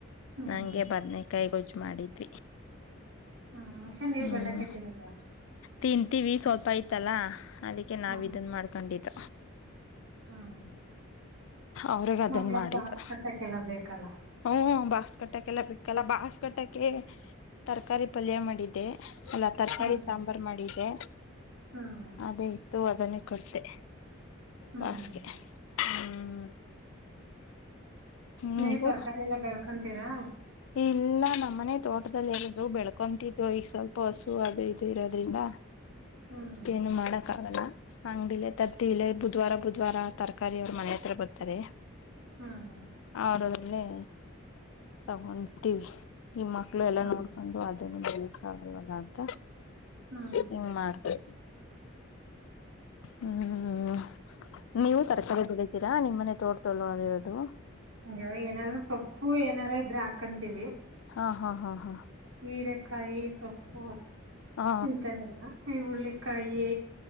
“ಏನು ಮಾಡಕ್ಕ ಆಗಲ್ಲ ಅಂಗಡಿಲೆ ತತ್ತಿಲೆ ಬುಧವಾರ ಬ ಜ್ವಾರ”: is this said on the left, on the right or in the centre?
Left